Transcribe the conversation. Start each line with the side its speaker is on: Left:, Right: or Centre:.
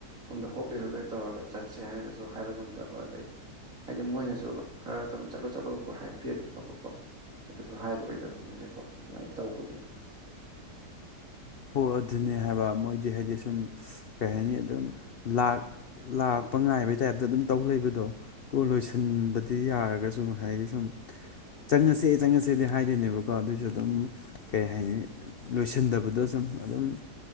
Right: ꯁꯣꯝꯗ ꯍꯣꯕꯦ ꯍꯣꯕꯦ ꯇꯧꯔꯒ ꯆꯠꯁꯦ ꯍꯥꯏꯕꯁꯨ ꯍꯥꯏꯕ ꯉꯝꯗꯕ ꯑꯗꯒꯤ ꯍꯥꯏꯗꯤ ꯃꯣꯏꯅꯁꯨ ꯈꯔ ꯑꯗꯨꯝ ꯆꯠꯂꯣ ꯆꯠꯂꯣ ꯍꯥꯏꯕꯤꯔꯗꯤ ꯐꯕꯀꯣ ꯑꯗꯨꯁꯨ ꯍꯥꯏꯕ ꯑꯣꯏꯗꯕꯅꯤꯅꯀꯣ ꯑꯗꯨꯃꯥꯏꯅ ꯇꯧꯕꯒꯤꯅꯤ
Left: ꯍꯣ ꯑꯗꯨ ꯑꯗꯨꯅꯦ ꯍꯥꯏꯕ ꯃꯣꯏꯗꯤ ꯍꯥꯏꯗꯤ ꯁꯨꯝ ꯀꯩ ꯍꯥꯏꯅꯤ ꯑꯗꯨꯝ ꯂꯥꯛ ꯂꯥꯛꯄ ꯉꯥꯏꯕꯩ ꯇꯥꯏꯞꯇ ꯑꯗꯨꯝ ꯇꯧ ꯂꯩꯕꯗꯣ ꯂꯣꯏꯁꯤꯟꯕꯗꯤ ꯌꯥꯔꯒꯁꯨ ꯉꯁꯥꯏꯒꯤ ꯁꯨꯝ ꯆꯪꯉꯁꯦ ꯆꯪꯉꯁꯦꯗꯤ ꯍꯥꯏꯗꯤꯅꯦꯕꯀꯣ ꯑꯗꯨꯏꯁꯨ ꯑꯗꯨꯝ ꯀꯩ ꯍꯥꯏꯅꯤ ꯂꯣꯏꯁꯤꯟꯗꯕ ꯑꯗꯨꯗ ꯁꯨꯝ ꯑꯗꯨꯝ